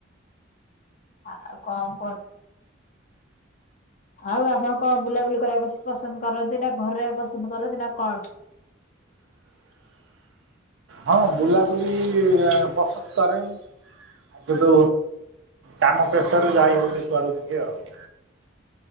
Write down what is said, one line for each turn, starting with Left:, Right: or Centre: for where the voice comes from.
Left: ଆ କଣ କୁହନ୍ତୁ ଆଉ ଆପଣ କଣ ବୁଲାବୁଲି କରିବାକୁ ବ ପସନ୍ଦ କରନ୍ତି ନା ଘରେ ରହିବାକୁ ପସନ୍ଦ କରନ୍ତି ନା କଣ
Right: ହଁ ବୁଲାବୁଲି ପସନ୍ଦ କରେ ଆ ସେଠୁ କାମ ପ୍ରେସର ରେ ଯାଇ ହେଉନି କୁଆଡୁ ଟିକେ ଆଉ